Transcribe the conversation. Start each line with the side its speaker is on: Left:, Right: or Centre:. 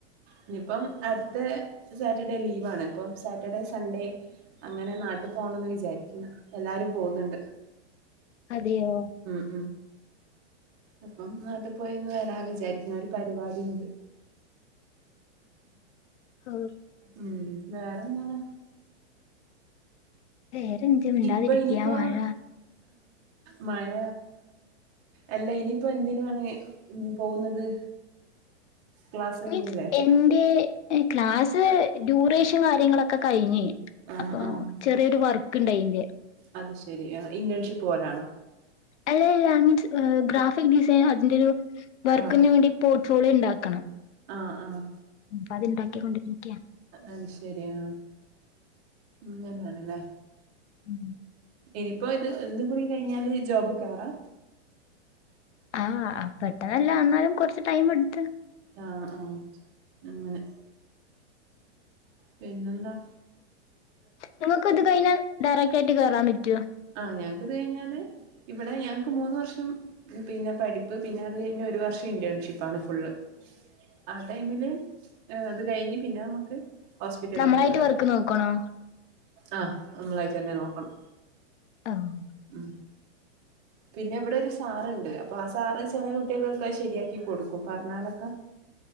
Right: ഇഞ്ഞിപ്പം അടുത്ത സാറ്റർഡേ ലീവാണ് പ്പം സാറ്റർഡേ സൺഡേ.. അങ്ങനെ നാട്ട് പോണംന്ന് വിചാരിക്കുന്നു എല്ലാരും പോകുന്നുണ്ട്.
Left: അതെയോ
Right: ഉം അപ്പം നാട്ട് പോയൊന്ന് വരാ വിചാരി.. വേറെ പരിപാടിണ്ട്
Left: ആഹ്
Right: ഉം വേറെന്താണ്.
Left: വേറെന്ത മിണ്ടാതിരിക്ക
Right: ഇപ്പൊ ഇനിയിപ്പോ
Left: മഴ
Right: മഴ അല്ല. ഇനിയിപ്പോന്തിനാണ് പോകുന്നത് ക്ലാസ് കഴിഞ്ഞില്ലേ
Left: മൻ എന്റെ ക്ലാസ് ഡ്യൂറേഷ ഫുഡും കാര്യങ്ങളൊക്കെ കഴിഞ്
Right: ആഹ്
Left: അപ്പൊ
Right: ആഹ്
Left: ചെറിയൊരു വർക്ക്ണ്ട് അയിന്റെ
Right: അത് ശെരി. ആഹ് ഇന്റേൺഷിപ്പ് പോലാണോ?
Left: അല്ല ല്ല ഐ മീൻസ് ഗ്രാഫിക് ഡിസൈൻ അതിന്റെ ഒരു വർക്കിന്
Right: ആഹ്
Left: വേണ്ടി പോട്ട് ഫോളിയോ ഉണ്ടാക്കണം
Right: ആഹ് ആഹ്
Left: അപ്പൊ അത് ഉണ്ടാക്കിക്കൊണ്ടിരിക്ക
Right: അഹ് ശരിയാ അങ്ങനെണല്ലേ.
Left: ഉം
Right: ഇനിയിപ്പോ ഇത് ഇത് കൂടി കഴിഞ്ഞാല് ജോബ് കയറാ
Left: ആഹ <unintelligible> എന്നാലും കുറച്ച് ടൈം എടുത്ത്
Right: ആഹ് ആഹ് അങ്ങനെ പിന്നന്താ?
Left: നമ്മക്ക് ഇത് കഴിഞ്ഞാ ഡയറക്ട് ആയിട്ട് കേറാൻ പറ്റോ?
Right: ആഹ് ഞങ്ങക്ക് ഇത് കഴിഞ്ഞാല് ഇവിടെ ഞങ്ങൾക്ക് മൂന്ന് വർഷം പിന്നെ പഠിപ്പ് പിന്നെ അത് കഴിഞ്ഞ് ഒരു വർഷം ഇൻ്റെൺഷിപ്പാണ്. ഫുള്ള് ആ ടൈമില് അത് കഴിഞ്ഞ് പിന്നെ നമുക്ക് ഹോസ്പിറ്റലിലൊക്കെ
Left: നമ്മളായിട്ട്
Right: കേറാം
Left: വർക്ക് നോക്കണോ
Right: ആ നമ്മളായിട്ട് തന്നെ നോക്കണം.
Left: <unintelligible>
Right: ഉം പിന്നെ ഇവിടെ ഒരു സാറ്ണ്ട് അപ്പൊ ആ സാറ് ചെല കുട്ടികൾക്കെ ശരിയാക്കി കൊടുക്കും പറഞ്ഞാലൊക്കെ. <inaudible>